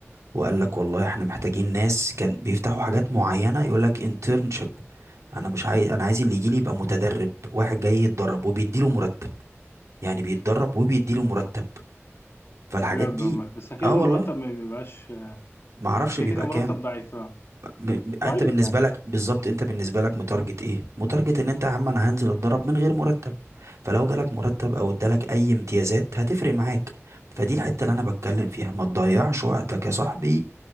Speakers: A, on the right (about 85°); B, on the left (about 55°).
A: وقال لك والله احنا محتاجين ناس كان بيفتحوا حاجات معينة يقول لك internship انا مش عايز انا عايز اللي يجي لي يبقى متدرب واحد جاي يتدرب وبيديله مرتب يعني بيتدرب وبيديله مرتب فالحاجات
B: بجد
A: دي
B: والله بس اكيد
A: اه
B: المرتب
A: والله
B: ما بيبقاش
A: ما اعرفش
B: كده
A: بيبقى
B: كده مرتب
A: كام
B: ضعيف آه.
A: ب... ب- انت
B: ضعيف
A: بالنسبه
B: يعني
A: لك بالظبط انت بالنسبه لك متارجت ايه متارجت ان انت يا عم انا هنزل اتدرب من غير مرتب فلو جالك مرتب او ادالك اي امتيازات هتفرق معاك فدي الحته اللي انا بتكلم فيها ما تضيعش وقتك يا صاحبي